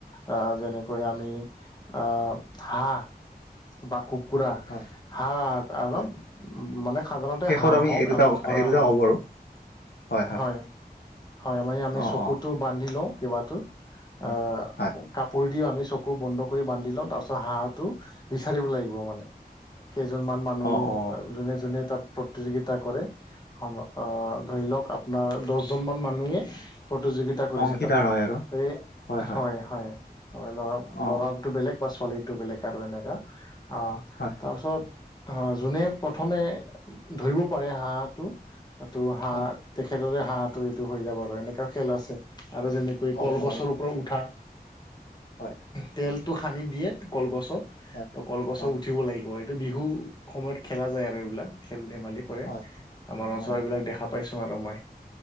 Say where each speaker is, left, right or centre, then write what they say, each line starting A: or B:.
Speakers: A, on the left (about 25°); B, on the left (about 80°).
A: আ যেনেকৈ আমি অ, হাঁহ বা কুকুৰা
B: হয়
A: হাঁহ আৰু
B: হয়
A: মানে সাধাৰণতে
B: শেষত
A: হাঁহহক
B: এই দুটা
A: আমি ধৰা
B: এই দুটা
A: হয়।
B: ক'ব আৰু হয় হয়
A: হয়-হয়, মানে আমি
B: অ
A: চকুতো
B: অ
A: বান্দি লওঁ কিবা টো।
B: হয়
A: আ
B: হয়
A: কাপোৰ দি আমি চক আকৌ বন্ধ কৰি বান্ধি লওঁ তাৰপিছত স়টো বিচাৰিব লাগিব মানে। কেইজনমান মানুহ
B: অ অ
A: যোনে-যোনে তাত প্ৰতিযোগিতা কৰে সম অ, ধৰি লওঁক আপোনাৰ দহজনমান মানুহে প্ৰতিযোগিতা কৰিছে
B: অংশীদাৰ
A: তাতে।
B: হয় আৰু
A: টো এ
B: হয় হয়
A: হয়-হয়, ল'ৰা-ল'ৰা
B: অ
A: টো বেলেগ বাছ পোৱালিটিটো বেলেগ আৰু এনেকুৱা, অ'।
B: হয়।
A: তাৰপিছত অ, যোনে প্ৰথমে ধৰিব পাৰে হাঁহটো। এইটো হাঁহ
B: হয়
A: তেখেতৰে হাঁহটো এইটো হৈ যাব আৰু এনেকুৱা খেল আছে। আৰু যেনে
B: অ
A: কলগছৰ
B: অ
A: ওপৰত উঠা।
B: হয়।
A: তেলটো সানি দিয়ে কলগছত
B: হয়
A: তো কলগছত
B: হয়
A: উঠিব লাগিব। বিহু সময়ত খেলা যায় আৰু এইবিলাক খেল ধেমালি কৰে
B: হয়
A: আমাৰ মাজত
B: অ
A: দেখা পাইছোঁ আৰু মই